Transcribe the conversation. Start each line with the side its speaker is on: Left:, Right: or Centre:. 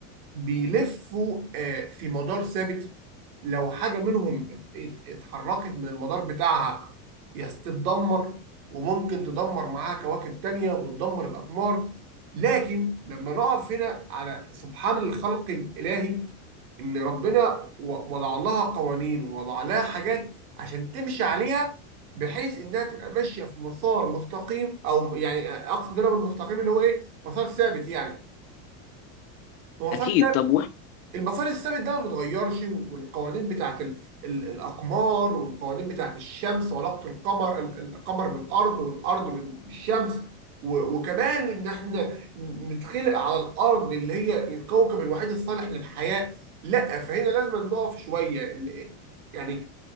Right: بيلفوا آه، في مدار ثابت لو حاجة منهم ات- اتحركت من المدار بتاعها يستتدمر وممكن تدمر معاها كواكب تانية وتدمر الأقمار لكن لما نقف هنا على سبحان الخلق الإلهي إن ربنا و- وضع لها قوانين ووضع لها حاجات عشان تمشي عليها بحيث إنها تبقى ماشية في مسار مستقيم أو يعني أقصد هنا بالمستقيم اللي هو إيه مسار ثابت يعني هو مسار
Left: اكيد طب واحد
Right: المسار الثابت ده ما بيتغيرش والقوانين بتاعت ال ال الاقمار والقوانين بتاعت الشمس وعلاقه القمر ال- القمر بالارض والارض بال- بالشمس و- وكمان ان احنا نتخلق على الارض اللي هي الكوكب الوحيد الصالح للحياه لا فهنا لازم نقف شويه ال- يعني